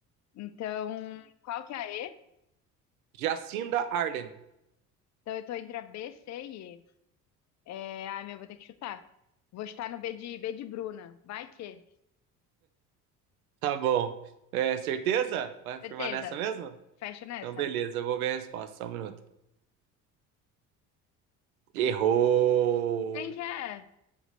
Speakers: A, on the left; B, on the right.
A: Então, qual que é a E?
B: Jacinda Ardern.
A: Então, eu tô entre a B, C e E. É, ai, meu, vou ter que chutar. Vou estar no B de, B de Bruna. Vai que.
B: Tá bom. É, certeza? Vai afirmar
A: Certeza.
B: nessa mesmo?
A: Fecha nessa.
B: Então, beleza, eu vou ver a resposta. Só um minuto. Errou!
A: Quem que é?